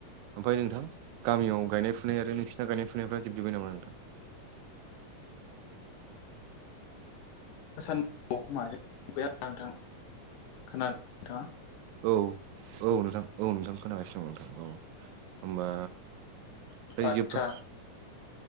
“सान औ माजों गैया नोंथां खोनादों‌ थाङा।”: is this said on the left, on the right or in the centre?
Left